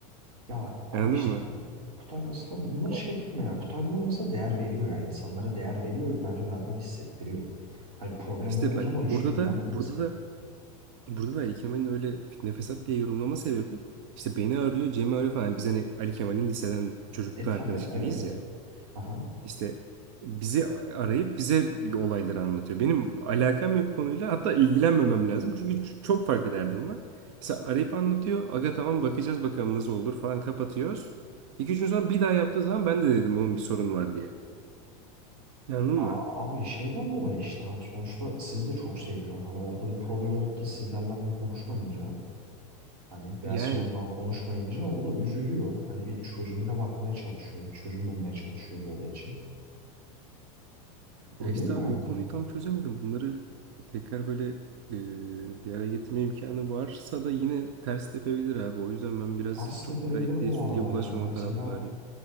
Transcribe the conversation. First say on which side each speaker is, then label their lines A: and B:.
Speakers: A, on the right; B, on the right.
A: Ya abi
B: Anladın
A: işte
B: mı?
A: hani Kutay mesela bunları
B: O-
A: şey yapmıyor ya. Kutay bunları mesela değer veriyor ya. İnsanlara değer veriyor ve bence verdiğini hissettiriyor. Hani problem
B: İşte
A: olduğu
B: bak
A: zaman üstüne
B: burada
A: giden
B: da
A: bir
B: burada
A: insan.
B: da Burada da Ali Kemal'in öyle fitne fesat diye yorumlama sebebi işte beni arıyor, Cem'i arıyor falan. Biz hani Ali Kemal'in liseden çocukluktan
A: E tabii
B: arkadaş
A: evet.
B: gibiyiz ya.
A: Aha.
B: İşte bizi arayıp bize olayları anlatıyor. Benim alakam yok konuyla hatta ilgilenmemem lazım. Çünkü ç- çok farklı derdim var. Mesela arayıp anlatıyor. Aga tamam bakacağız bakalım nasıl olur falan kapatıyoruz. İki üç gün sonra bir daha yaptığı zaman ben de dedim onun bir sorun var diye. Anladın
A: Ya
B: mı?
A: abi şeyden dolayı işte hani sonuçta sizi de çok seviyor. Hani ortada bir problem olup da sizlerle de konuşmayınca hani veya
B: Yani.
A: siz ondan konuşmayınca o da üzülüyor. Hani bir çözümüne bakmaya çalışıyor. Çözüm bulmaya çalışıyor bu olay için. Öyle
B: Ya işte
A: yani.
B: abi o konuyu tam çözemedim. Bunları tekrar böyle e, bir araya getirme imkanı varsa da yine ters tepebilir abi. O yüzden ben biraz
A: Ters tepebilir
B: çok da etliye
A: bu
B: sütlüye
A: arada
B: bulaşmama
A: yani. Mesela
B: taraftarıyım.